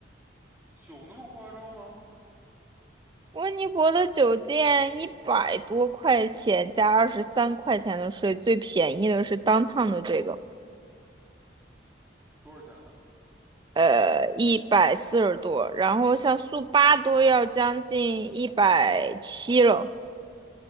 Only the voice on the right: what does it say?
温尼伯的酒店一百多块钱加二十三块钱的税，最便宜的是 downtown 的这个，
呃，一百四十多。然后像速八都要将近一百七了。